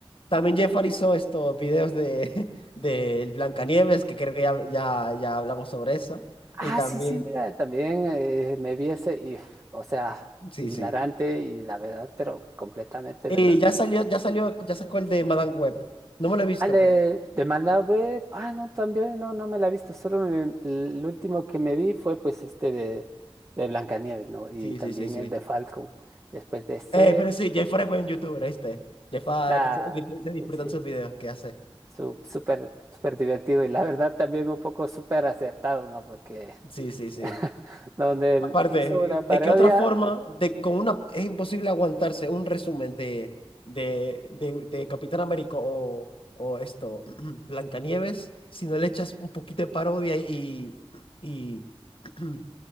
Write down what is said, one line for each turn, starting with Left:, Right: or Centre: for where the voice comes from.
Left: También Jeff hizo estos videos de, <laughs> de Blancanieves, que creo que ya, ya, ya hablamos sobre eso. Y
Right: Ah,
Left: también,
Right: sí, sí, mira, también eh, me vi ese, y, o sea,
Left: sí,
Right: hilarante
Left: sí.
Right: y la verdad, pero completamente
Left: Y
Right: verdadero.
Left: ya salió, ya salió, ya sacó el de Madame Web. No me lo he visto,
Right: Ah, de,
Left: pero.
Right: de Malabé, ah, no, también, no, no me la he visto, solo me- el último que me vi fue pues este de, de Blancanieves, ¿no? Y
Left: Sí,
Right: también
Left: sí, sí, sí.
Right: el de Falcon. Después de ese,
Left: Eh, pero sí, Jafar es buen youtuber, ¿viste? Jafar,
Right: da,
Left: se, disfr- se disfrutan
Right: ese,
Left: sus videos que hace.
Right: su- súper, súper divertido y la verdad también un poco súper acertado, ¿no? Porque
Left: Sí, sí, sí.
Right: <laughs> donde él
Left: Aparte,
Right: hizo una parodia,
Left: ¿de qué otra forma? De, con una, es imposible aguantarse un resumen de, de, de, de Capitán América o, o esto, <clears throat> Blancanieves, si no le echas un poquito de parodia y, y, <clears throat>